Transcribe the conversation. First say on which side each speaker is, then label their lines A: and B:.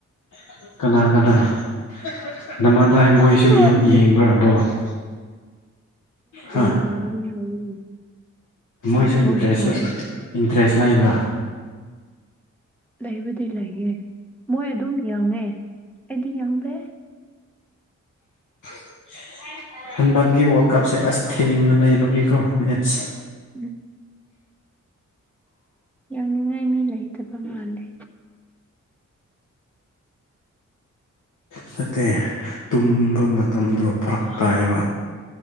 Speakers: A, on the left (about 80°); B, in the centre.
A: ꯀꯅꯥ
B: ꯍꯣꯏ
A: ꯍꯥ
B: ꯌꯥꯝꯒꯅꯤ ꯍꯥꯏꯌꯦ
A: ꯃꯣꯏꯁꯨ
B: ꯍꯣꯏ ꯍꯣꯏ
A: ꯏꯇ꯭ꯔꯦꯁ
B: ꯍꯣꯏ
A: ꯗ꯭ꯔꯦꯁ ꯂꯩꯕ꯭ꯔꯥ
B: ꯂꯩꯕꯨꯗꯤ ꯂꯩꯌꯦ ꯃꯣꯏ ꯑꯗꯨꯝ ꯌꯦꯡꯉꯦ ꯑꯩꯗꯤ ꯌꯥꯡꯗꯦ
A: <inaudible> ꯍꯟꯗꯛꯀꯤ ꯋꯥꯔꯜ ꯀꯞꯁꯦ ꯑꯁ ꯊꯦꯡꯅ ꯂꯩꯕꯒꯤꯀꯣ ꯃꯦꯠꯁ
B: ꯎꯝ ꯌꯥꯡꯅꯤꯡꯉꯥꯏ ꯃꯤ ꯂꯩꯇꯕ ꯃꯥꯜꯂꯦ
A: ꯅꯠꯇꯦ ꯇꯨꯝꯕ ꯃꯇꯝꯗꯣ ꯐꯔꯛ ꯇꯥꯏꯌꯦꯕ